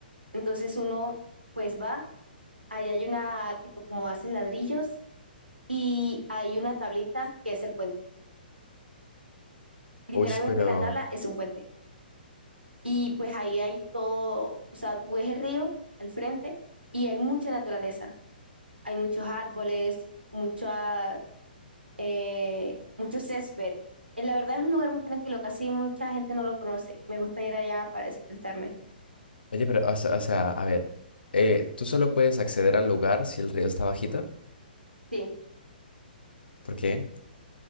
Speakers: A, on the right; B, on the left.
A: Entonces uno pues va, ahí hay una tipo como hacen ladrillos y hay una tablita que es el puente. Literalmente
B: Uy, pero...
A: la tabla es un puente. Y pues ahí hay todo, o sea, tú ves el río al frente y hay mucha naturaleza, hay muchos árboles, muchas eh, mucho césped. Eh, La verdad es un lugar muy tranquilo, casi mucha gente no lo conoce. Me gusta ir allá para desestresarme.
B: Oye, pero, o sea, o sea, a ver, eh, ¿tú solo puedes acceder al lugar si el río está bajito?
A: Sí,
B: ¿Por qué?